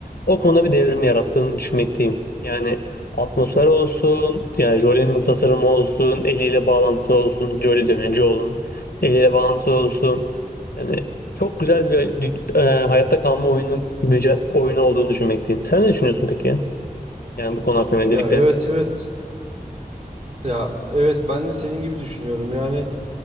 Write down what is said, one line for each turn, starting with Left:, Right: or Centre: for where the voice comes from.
Left: o konuda bir devrim yarattığını düşünmekteyim. Yani atmosfer olsun, yani Jolie'nin tasarımı olsun, eliyle bağlantısı olsun, Jolie diyorum yani Joel'un eliyle bağlantısı olsun. Yani çok güzel bir e, hayatta kalma oyunu, müce- oyunu olduğunu düşünmekteyim. Sen ne düşünüyorsun peki? Yani bu konu hakkında öncelikle
Right: Ya evet evet. Ya evet ben de senin gibi düşünüyorum. Yani